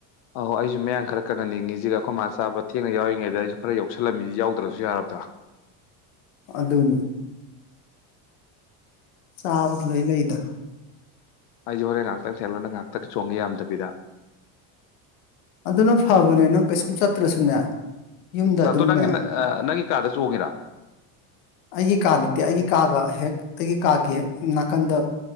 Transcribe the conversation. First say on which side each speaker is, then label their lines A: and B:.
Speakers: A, on the left; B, on the left.
A: ꯑ ꯑꯩꯁꯨ ꯃꯌꯥꯝ ꯈꯔ ꯀꯪꯍꯟꯅꯤꯡꯉꯤꯁꯤꯒ ꯑꯩꯈꯣꯏ ꯃꯥ ꯆꯥꯕ ꯊꯦꯡꯅ ꯌꯥꯎꯔꯤꯉꯩꯗ ꯑꯩꯁꯨ ꯈꯔ ꯌꯧꯁꯜꯂꯝꯃꯤꯁꯤ ꯌꯥꯎꯗ꯭ꯔꯁꯨ ꯌꯥꯔꯕꯗ꯭ꯔꯣ
B: ꯑꯗꯨ ꯑꯗꯨꯅꯤ ꯆꯥꯕꯗꯤ ꯂꯣꯏ ꯂꯩꯗ
A: ꯑꯩꯁꯦ ꯍꯣꯔꯦꯟ ꯉꯥꯏꯍꯥꯛꯇꯪ ꯊꯦꯜꯂꯣ ꯉꯥꯏꯍꯥꯛꯇꯪ ꯆꯣꯡꯉꯦ ꯌꯥꯝꯗꯕꯤꯗ
B: ꯑꯗꯨꯅ ꯐꯕꯅꯦ ꯅꯪ ꯀꯩꯁꯨꯝ ꯆꯠꯇ꯭ꯔꯁꯨꯅꯦ ꯌꯨꯝꯗ
A: ꯅꯇꯣ
B: ꯑꯗꯨꯝꯅꯦ
A: ꯅꯪꯒꯤ ꯅꯪꯒꯤ ꯀꯥꯗ ꯆꯣꯡꯏꯔꯥ
B: ꯑꯩꯒꯤ ꯀꯥ ꯅꯠꯇꯦ ꯑꯩꯒꯤ ꯀꯥꯒ ꯍꯦꯛ ꯑꯩꯒꯤ ꯀꯥꯒꯤ ꯍꯦꯛ ꯅꯥꯀꯟꯗ